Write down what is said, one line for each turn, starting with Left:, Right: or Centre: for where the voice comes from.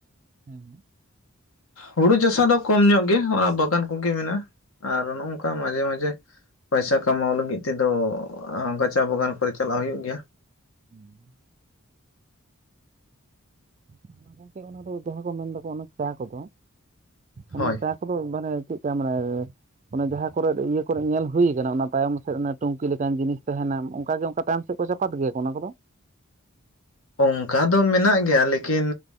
Right: ᱦᱮᱸ
Left: ᱦᱩᱲᱩ ᱪᱟᱥᱟ ᱫᱚ ᱠᱚᱢ ᱧᱚᱜ ᱜᱮ ᱚᱱᱟ ᱵᱟᱜᱟᱱ ᱠᱚᱜᱮ ᱢᱮᱱᱟᱜᱼᱟ ᱟᱨ ᱱᱚᱜᱼ ᱱᱚᱝᱠᱟ ᱢᱟᱡᱷᱮ ᱢᱟᱡᱷᱮ ᱯᱚᱭᱥᱟ ᱠᱟᱢᱟᱣ ᱞᱟᱹᱜᱤᱫ ᱛᱮᱫᱚ ᱜᱟᱪᱟ ᱵᱟᱜᱟᱱ ᱠᱚᱨᱮ ᱪᱟᱞᱟᱜ ᱦᱩᱭᱩᱜ ᱜᱮᱭᱟ᱾
Right: ᱦᱩᱸ ᱚᱱᱟ ᱜᱚᱝᱠᱮ ᱚᱱᱟ ᱫᱚ ᱡᱟᱦᱟᱸ ᱠᱚ ᱢᱮᱱ ᱫᱟᱠᱚ ᱚᱱᱟ ᱪᱟ ᱠᱚᱫᱚ ᱚᱱᱟ
Left: ᱦᱳᱭ
Right: ᱪᱟᱥ᱾ ᱢᱟᱱᱮ ᱪᱮᱫ ᱞᱮᱠᱟ? ᱢᱟᱱᱮ? ᱚᱱᱮ ᱡᱟᱦᱟᱸ ᱠᱚᱨᱮ ᱤᱭᱟᱹ ᱠᱚᱨᱮ ᱧᱮᱞ ᱦᱩᱭ ᱟᱠᱟᱱᱟ ᱚᱱᱟ ᱛᱟᱭᱚᱢ ᱥᱮᱫ ᱚᱱᱟ ᱴᱩᱱᱠᱤ ᱞᱮᱠᱟᱱ ᱡᱤᱱᱤᱥ ᱛᱟᱦᱮᱱᱟᱢ ᱚᱱᱠᱟ ᱜᱮ ᱚᱱᱠᱟ ᱛᱟᱭᱚᱢ ᱥᱮ ᱥᱮᱫᱠᱚ ᱪᱟᱯᱟᱫ ᱜᱮᱭᱟᱠᱚ ᱚᱱᱟ ᱠᱚᱫᱚ
Left: ᱚᱱᱠᱟ ᱫᱚ ᱢᱮᱱᱟᱜ ᱜᱮᱭᱟ ᱞᱮᱠᱤᱱ